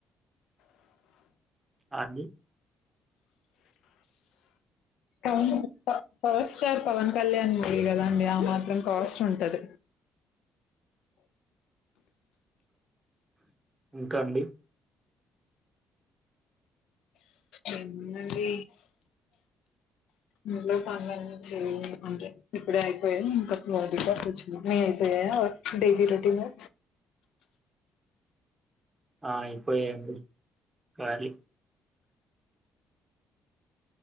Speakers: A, on the right (about 20°); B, on the left (about 85°).
A: అని
B: అవును పవన్ ప పవర్ స్టార్ పవన్ కళ్యాణ్ విదగండి ఆ మాత్రం కాస్ట్ ఉంటది
A: ఇంకా అండి
B: ఏముందండి ఇంట్లో పనులని చేయనీకుంటే ఇప్పుడే అయిపోయాయి ఇంక ఇంగ <inaudible> డైలీ రొటీను
A: ఆ అయిపోయాయి అండి కాళీ